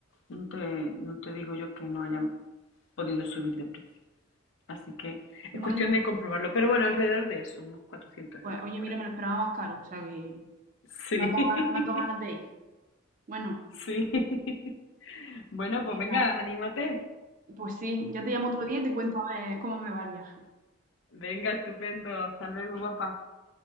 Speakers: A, on the left; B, on the right.
A: No te, no te digo yo que no hayan podido subir de precio. Así que
B: Bueno,
A: es cuestión de comprobarlo. Pero bueno, alrededor de eso, unos 400
B: pues
A: euros
B: oye,
A: por
B: mira,
A: ahí.
B: me lo esperaba más caro, o sea que
A: Sí,
B: me ha dado,
A: <laughs>
B: gan- me has dado ganas de ir. Bueno,
A: sí. <laughs> Bueno,
B: venga,
A: pues venga, anímate.
B: pues sí, ya te llamo otro día y te cuento a ver cómo me va el viaje.
A: Venga, estupendo. Hasta luego,
B: Sí.
A: guapa.
B: Chao.